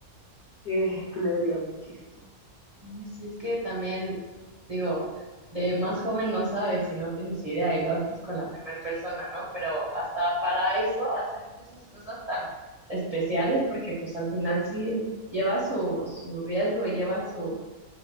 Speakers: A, on the left; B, on the right.
A: que, que le dolía muchísimo.
B: Ay, sí, es que también, digo, de más joven no sabes y no tienes idea y lo haces con la primera persona, ¿no? Pero hasta para eso, hacerte esas cosas tan especiales, porque pues al final sí es- lleva su, su riesgo y lleva su